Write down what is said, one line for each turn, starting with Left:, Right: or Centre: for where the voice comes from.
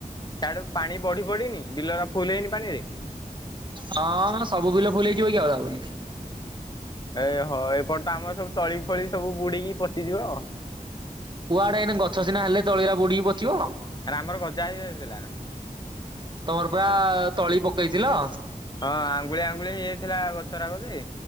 Left: ସିଆଡ଼ୁ ପାଣି ବଢି ପଡ଼ିନି ବିଲଅରା ଫୁଲ୍ ହେଇନି ପାଣିରେ।
Right: ହଁ ସବୁ ବିଲ ଫୁଲ୍ ହେଇଯିବକି ଆଉ ତାବୋଲି।
Left: ଏଇ ହଁ ଏପଟେତ ଆମର ସବୁ ତଳି ଫଳି ସବୁ ବୁଡ଼ିକି ପଚିଯିବ ଆଉ।
Right: କୁଆଡ଼େ ଏଇନେ ଗଛ ସିନା ହେଲେ ତଳିରା ବୁଡ଼ୁକି ପଚିବ।
Left: ଆରେ ଆମର ଗଜା ହେଇଯାଇଥିଲା
Right: ତମର ପରା ତଳି ପକେଇଥିଲ?
Left: ହଁ ଆଙ୍ଗୁଳିଏ ଆଙ୍ଗୁଳିଏ ହେଇଯାଇଥିଲା ଗଛରାକଯେ